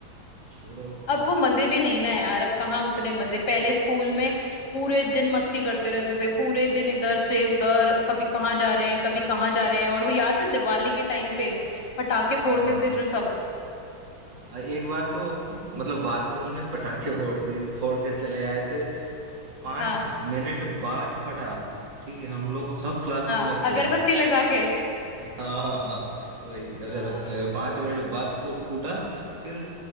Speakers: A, on the right (about 65°); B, on the left (about 55°).
A: छोड़ो
B: अब वो मजे भी नहीं ना यार अब कहाँ उतने मजे पहले स्कूल में पूरे दिन मस्ती करते रहते थे पूरे दिन इधर से उधर कभी कहाँ जा रहे हैं कभी कहाँ जा रहे हैं और वो याद है दिवाली के टाइम पे पटाखे
A: हाँ
B: फोड़ते
A: हाँ
B: थे जो सब
A: आ, एक बार तो <laughs> मतलब बाथरूम में पटाखे फोड़ के फोड़ कर चले आए थे पांच
B: हाँ
A: मिनट बाद फटा ठीक है हम लोग सब क्लासरूम
B: हाँ
A: में थे
B: अगरबत्ती लगा के
A: <laughs> हाँ हाँ हाँ, वही अगरबत्ती
B: हाँ
A: लगा पांच मिनट बाद फू- फूटा फिर